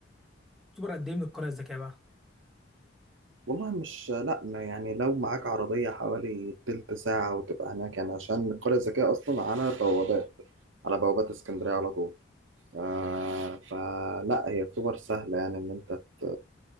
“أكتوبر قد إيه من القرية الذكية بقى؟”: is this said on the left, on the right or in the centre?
Centre